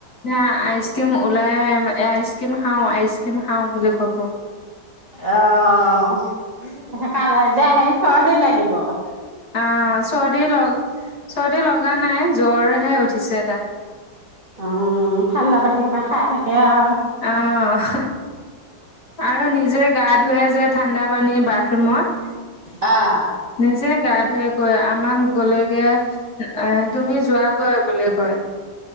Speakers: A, on the left (about 60°); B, on the right (about 20°).
A: না আইচ ক্ৰিমো ওলাই এ আইচ ক্ৰীম খাও- আইচ ক্ৰীম খাও বুলি কব।
B: আহ সেকানে দে আহি চৰ দেৰি লাগিব বহ
A: অহ চৰদি ল চৰ্দি লগা নাই জ্বৰহে উঠিছে তাই
B: অ ঠাণ্ডা পানী সোপাকে খাই থাকে আৰু
A: অহ আৰু নিজে গা ধুৱে যে ঠাণ্ডা পানী বাথৰুমত
B: অ'
A: নিশ্চয় যে গা ধুই কৈ আমাক গলেগে এ তুমি যোৱাগৈ বুলি কয়